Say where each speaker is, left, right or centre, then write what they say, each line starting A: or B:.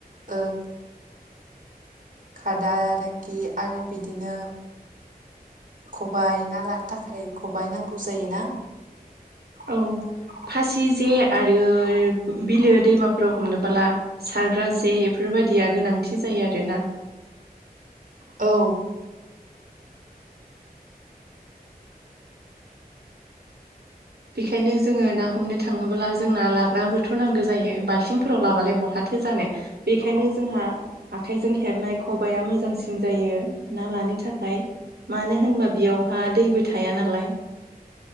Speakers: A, on the right; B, on the right.
A: ओ खादा दांगि आरो बिदिनो खबाय ना लानो थाखाय खबाय नांगौ जायोना
B: औ फासि जे आरो बिलो दैमाफोराव हमनोबाला सारग्रा जे बेफोरबादिया गोनांथि जायो आरोना
A: औ
B: बेखायनो जोङो ना हमनो थाङोब्ला जोंना लाग्राबोथ' नांगौ जायो बालथिंफोराव लाबालाय बहा थो जानो बेखायनो जोंहा आखाइजों हेबनाय खबाइआ मोजांसिन जायो ना लानो थाखाय मानो होनबा बेयावहा दैबो थाया नालाय